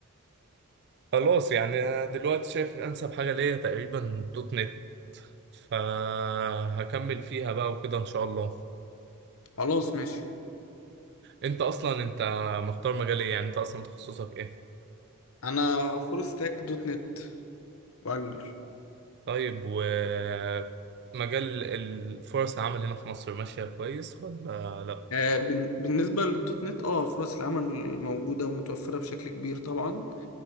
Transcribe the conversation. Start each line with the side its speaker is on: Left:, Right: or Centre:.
Right: خلاص يعني أنا دلوقتي شايف انسب حاجه ليا تقريبا دوت نت فهكمل فيها بقى وكده ان شاء الله
Left: خلاص ماشي
Right: انت اصلا انت مختار مجال ايه يعني انت اصلا تخصصك ايه
Left: انا فول ستاك دوت نت وانجلر
Right: طيب ومجال الفرص العمل هنا في مصر ماشية كويس ولا لأ؟
Left: آه، بن- بالنسبة للدوت نت اه فرص العمل موجودة ومتوفرة بشكل كبير طبعا